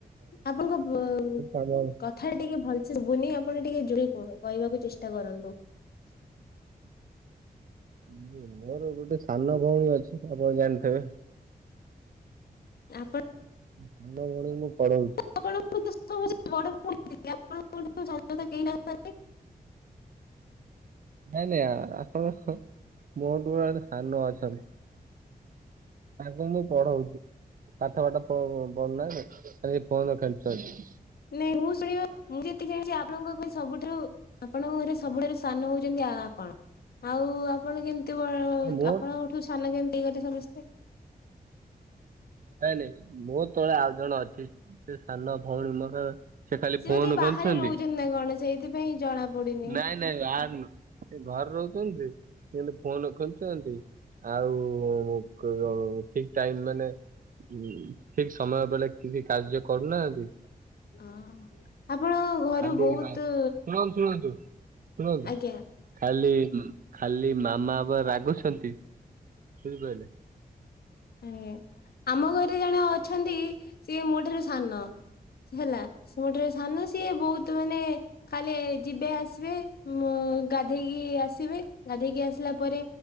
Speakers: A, on the left; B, on the right.
A: ଆପଣଙ୍କ ବଃ
B: କାମ ଅଛି
A: କଥାଟା ଟିକେ ଭଲ ସେ ଶୁବୁନି। ଆପଣ ଟିକେ ଜୋରରେ କୁହ କହିବାକୁ ଚେଷ୍ଟା କରନ୍ତୁ।
B: <unintelligible> ମୋର ଗୋଟେ ସାନ ଭଉଣୀ ଅଛି ଆପଣ ଜାଣିଥେବେ?
A: ଆପଣ୍
B: ସାନ ଭଉଣୀକୁ ମୁୁଁ ପଢଉଚି।
A: ଆପଣଙ୍କୁ ତ ସମସ୍ତେ ବଡ ଭଉଣୀ ଥିଲେ। <unintelligible> ସାନ ତ କେହି ନାହାନ୍ତି।
B: ନାଇଁ ନାଇଁ ଆଁ ଆହଁ ହଁ ମୋଠୁ ଜଣେ ସାନ ଅଛନ୍ତି। ତାଙ୍କୁ ମୁଁ ପଢଉଚି। ପାଠ ବାଟ ପ-ପଢୁ ନାହାନ୍ତି। ଖାଲି ଫୋନ ଖେଞ୍ଚୁଚନ୍ତି।
A: ନାଇଁ ମୁଁ ଶୁଣିବା ମୁଁ ଯେତିକି ଜାଣିଚି ଆପଣଙ୍କ ଘରେ ସବୁଠାରୁ ଆପଣଙ୍କ ଘରେ ସବୁଠାରୁ ସାନ ହଉଛନ୍ତି ଆ-ଆପଣ। ଆଉ ଆପଣ କେମ୍ <unintelligible>
B: ମୋ
A: ଆପଣଙ୍କଠୁ ସାନ କେମତି ହେଇଗଲେ ସମସ୍ତେ?
B: ନାଇଁ ନାଇଁ ମୋ ତଳେ ଆଉ ଜଣେ ଅଛି। ସେ ସାନ ଭଉଣୀ ମୋର। ସେ ଖାଲି
A: ସିଏ
B: ଫୋନ୍
A: ବୋଧେ ବାହାରେ
B: କେଚୁଛନ୍ତି,
A: ରହୁଛନ୍ତି ନା କଣ ସେଇଥିପାଇଁ ଜଣା ପଡୁନି।
B: ନାଇଁ ନାଇଁ ଆର ନୁହୁ। ସେ ଘରେ ରହୁଛନ୍ତି, ଫୋନ୍ କେଚୁଛନ୍ତି। ଆଉ ଠିକ୍ ଟାଇମ୍ ମାନେ, ଠିକ୍ ସମୟ ବେଳେ। କିଛି କାର୍ଯ୍ୟ କରୁନାହାନ୍ତି?
A: ହ ଆପଣ ଘରୁ
B: ଖାଲି
A: ବହୁତ
B: ମା ଶୁଣନ୍ତୁ ରୁହନ୍ତୁ
A: ଆଜ୍ଞା
B: ଖାଲି ଖାଲି ମାମାବ ରାଗ ବୁଛନ୍ତି ବୁଝିପହିଲେ।
A: ଆଜ୍ଞା, ଆମ ଘରେ ଜଣେ ଅଛନ୍ତି ସିଏ ମୋ ଠାରୁ ସାନ। ହେଲା ସେ ମୋଠାରୁ ସାନ, ସିଏ ବହୁତ ମାନେ ଖାଲି ଯିବେ ଆସିବେ ମୁଁ ଗାଧେଇକି ଆସିଵି ଗାଧେଇକି ଆସିଲା ପରେ,